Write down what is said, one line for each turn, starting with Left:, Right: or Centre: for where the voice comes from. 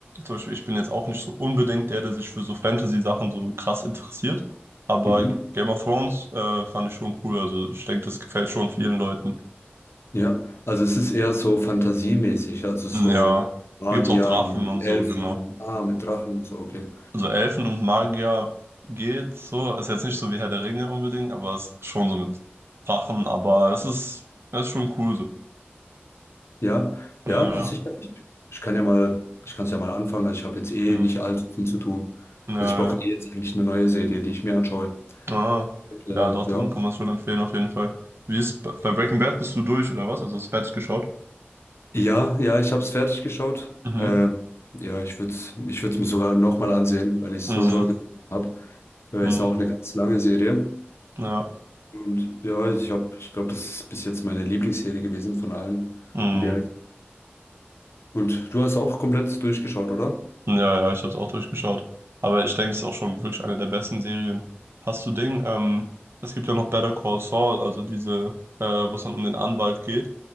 Right: zum Beispiel, ich bin jetzt auch nicht so unbedingt der, der sich für so Fantasy-Sachen so krass interessiert. Aber
Left: Mhm.
Right: Game of Thrones äh, fand ich schon cool. Also ich denke, das gefällt schon vielen Leuten.
Left: Ja, also es ist eher so fantasiemäßig, also so
Right: Ja,
Left: Magiern
Right: gibt's auch Drachen
Left: und
Right: und so,
Left: Elfen,
Right: genau.
Left: ah, mit Drachen, und so, okay.
Right: Also Elfen und Magier geht so, ist jetzt nicht so wie Herr der Ringe unbedingt, aber es ist schon so mit Drachen, aber es ist, es ist schon cool so.
Left: Ja,
Right: Ja.
Left: ja, sicher. Ich, ich kann ja mal, ich kann es ja mal anfangen. Also ich habe jetzt eh
Right: Naja,
Left: nicht
Right: ja.
Left: allzu viel zu tun.
Right: naja,
Left: Also ich brauche eh jetzt eigentlich eine neue Serie, die ich mir anschaue.
Right: ah,
Left: Äh,
Right: ja, doch,
Left: ja.
Right: dann kann man es schon empfehlen auf jeden Fall. Wie ist, bei bei Breaking Bad bist du durch oder was? Also hast du fertig geschaut?
Left: Ja, ja, ich habe es fertig geschaut.
Right: Mhm,
Left: Ähm, ja, ich würde es ich würd's mir sogar nochmal ansehen, weil ich es
Right: mhm,
Left: so toll gefunden habe. Ja,
Right: mhm,
Left: ist auch eine ganz lange Serie.
Right: ja,
Left: Und ja, ich habe, ich glaube, das ist bis jetzt meine Lieblingsserie gewesen von allen.
Right: Mhm.
Left: und die Und du hast auch komplett durchgeschaut, oder?
Right: Ja, ja, ich habe es auch durchgeschaut. Aber ich denke, es ist auch schon wirklich eine der besten Serien. Hast du Ding? Ähm, es gibt ja noch Better Call Saul, also diese, äh, wo es dann um den Anwalt geht